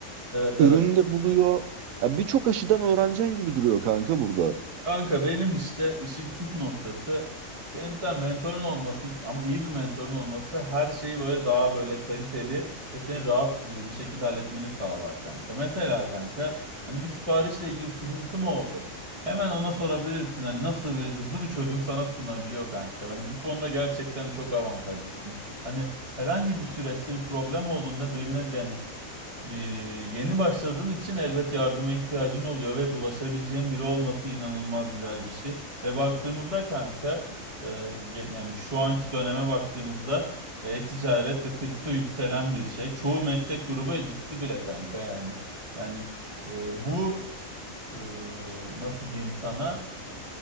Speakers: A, on the right; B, on the right.
A: Evet
B: üründe
A: evet.
B: buluyor. Ya birçok aşıdan öğreneceksin gibi duruyor kanka burada.
A: Kanka benim işte işin püf noktası senin bir tane mentorun olması ama iyi bir mentorun olması her şeyi böyle daha böyle kaliteli ve seni rahat bir bir şekilde halletmeni sağlar kanka. Mesela kanka hani bir siparişle ilgili bir sıkıntı mı oldu? Hemen ona sorabilirsin hani nasıl bir hızlı bir çözüm sana sunabiliyor kanka. Hani bu konuda gerçekten çok avantajlısın. Hani herhangi bir süreçte bir problem olduğunda birine diren bir, yeni başladığın için elbet yardıma ihtiyacın oluyor ve ulaşabileceğin biri olması inanılmaz güzel bir şey. Ve baktığımızda kanka e, ge- yani şu anki döneme baktığımızda e-ticaret ve kripto yükselen bir şey. Çoğu meslek grubu gitti bile kanka yani. Yani e, bu e, nasıl diyeyim sana